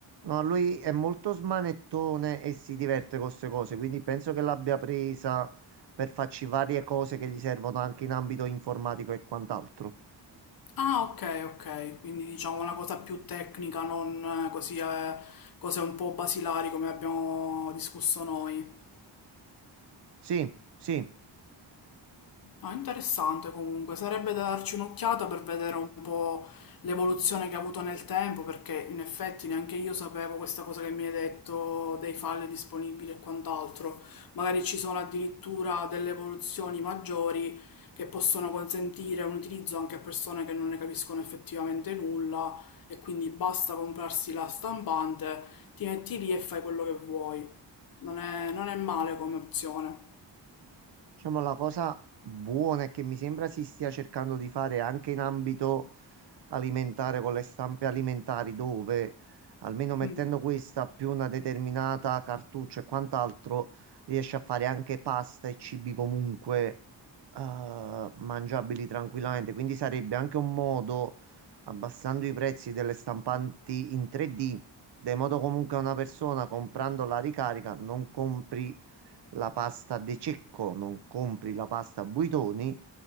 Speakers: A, on the right (about 65°); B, on the left (about 50°).
A: No, lui è molto smanettone e si diverte con queste cose, quindi penso che l'abbia presa per farci varie cose che gli servono anche in ambito informatico e quant'altro.
B: Ah, ok, ok, quindi diciamo una cosa più tecnica, non eh, così eh, cose un po' basilari come abbiamo discusso noi.
A: Sì, sì,
B: No, interessante comunque, sarebbe da darci un'occhiata per vedere un po' l'evoluzione che ha avuto nel tempo, perché in effetti neanche io sapevo questa cosa che mi hai detto dei file disponibili e quant'altro. Magari ci sono addirittura delle evoluzioni maggiori che possono consentire un utilizzo anche a persone che non ne capiscono effettivamente nulla e quindi basta comprarsi la stampante, ti metti lì e fai quello che vuoi. Non è, non è male come opzione.
A: diciamo la cosa buona è che mi sembra si stia cercando di fare anche in ambito alimentare con le stampe alimentari dove almeno mettendo
B: Mm.
A: questa più una determinata cartuccia e quant'altro riesce a fare anche pasta e cibi comunque eh, mangiabili tranquillamente. Quindi sarebbe anche un modo, abbassando i prezzi delle stampanti in 3D, de modo comunque a una persona comprando la ricarica non compri la pasta De Cecco, non compri la pasta Buitoni,